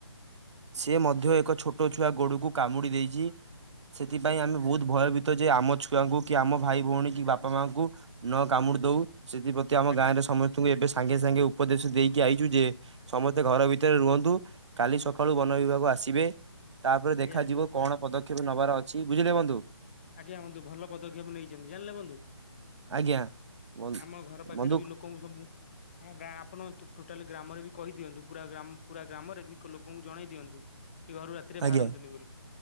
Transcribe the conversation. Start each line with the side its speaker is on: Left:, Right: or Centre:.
Right: ସେ ମଧ୍ୟ ଏକ ଛୋଟ ଛୁଆ ଗୋଡକୁ କାମୁଡି ଦେଇଛି ସେଥିପାଇଁ ଆମେ ବହୁତ
Left: ଆଜ୍ଞା
Right: ଭୟଭୀତ ଯେ ଆମ ଛୁଆଙ୍କୁ କି ଆମ ଭାଇ ଭଉଣୀ କି ବାପା ମାଙ୍କୁ ନ କାମୁଡି ଦଉ ସେଥିପ ଆମ
Left: ଆଜ୍ଞା
Right: ଗାଁରେ ସମସ୍ତ ଏବେ ସାଙ୍ଗେ ସାଙ୍ଗେ ଉପଦେଶ ଦେଇକି ଆଇଛୁ ଯେ ସମସ୍ତେ ଘର ଭିତରେ ରୁହନ୍ତୁ। କାଲି ସକାଳୁ ବନ ବିଭାଗ ଆସିବେ ତାପରେ
Left: ଆଜ୍ଞା
Right: ଦେଖାଯିବ କଣ ପଦକ୍ଷେପ ନେବାର ଅ ବୁଝିଲେ ବନ୍ଧୁ।
Left: ଆଜ୍ଞା ହୁନ୍ତୁ ଭଲ ପଦକ୍ଷେପ ନେଇଛନ୍ତି ଜାଣିଲେ ହୁନ୍ତୁ
Right: ଆଜ୍ଞା। ବନ୍ଧୁ
Left: ଆମ ଘର ପାଖରେ
Right: ବନ୍ଧୁ
Left: ବି ଲୋକ <unintelligible> ହଁ ଗାଁ ଆପଣ ଟୋଟାଲି ଗ୍ରାମରେ ବି କହିଦିଅନ୍ତୁ ପୁରା ଗ୍ର ପୁରା ଗ୍ରାମରେ ବି ଲୋକଙ୍କୁ ଜଣେଇ ଦିଅନ୍ତୁ। କି ଘରୁ ରାତିରେ
Right: ଆଜ୍ଞା
Left: ବାହାରନ୍ତୁନି ବୋଲି